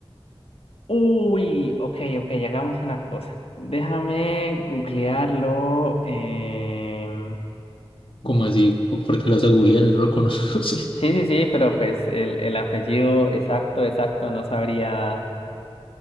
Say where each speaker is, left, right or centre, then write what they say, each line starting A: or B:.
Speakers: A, on the left; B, on the left.
A: Uy, ok, ok, hagamos una cosa. Déjame googlearlo. em,
B: ¿Cómo
A: mm,
B: así? ¿Por por qué lo vas a googlear? No lo conoces.
A: Sí, sí, sí, pero pues el, el apellido exacto, exacto, no sabría.